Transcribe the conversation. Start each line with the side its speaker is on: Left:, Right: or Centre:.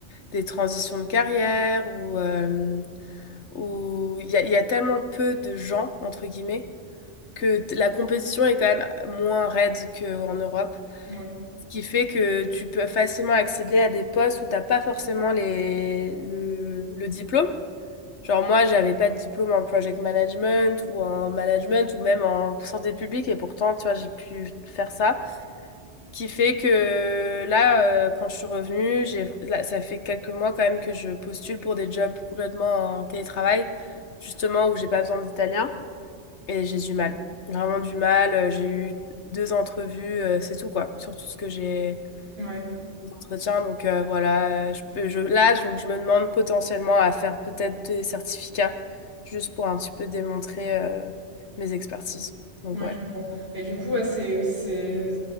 Left: des transitions de carrière ou euh, où il y a, il y a tellement peu de gens entre guillemets que t- la compétition est quand même moins raide qu'en Europe,
Right: Ouais,
Left: ce qui fait que tu peux facilement accéder à des postes où t'as pas forcément les le, le diplôme. Genre moi, j'avais pas de diplôme en project management ou en management ou même en santé publique et pourtant, tu vois, j'ai pu faire ça. Qui fait que là, euh, quand je suis revenue, j'ai, là, ça fait quelques mois quand même que je postule pour des jobs complètement en télétravail, justement où j'ai pas besoin d'italien et j'ai du mal. Vraiment du mal. Euh, J'ai eu deux entrevues, euh, c'est tout quoi, sur tout ce que j'ai
Right: ouais.
Left: des entretiens. Donc euh, voilà, euh, je peux, je, là, je, je me demande potentiellement à faire peut-être des certificats juste pour un petit peu démontrer euh, mes expertises. Donc
Right: Ouais,
Left: ouais.
Right: je comprends. Et du coup, ouais, c'est, c'est,